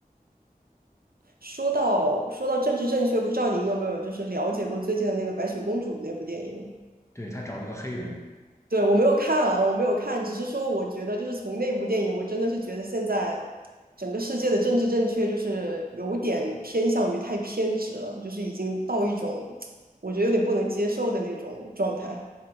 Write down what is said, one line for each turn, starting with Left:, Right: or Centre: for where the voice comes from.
Right: 说到说到政治正确，不知道您有没有就是了解过最近的那个《白雪公主》那部电影？
Left: 对，他找了个黑人。
Right: 对，我没有看啊，我没有看，只是说我觉得就是从那部电影，我真的是觉得现在整个世界的政治正确就是有点偏向于太偏执了，就是已经到一种我觉得有点不能接受的那种状态。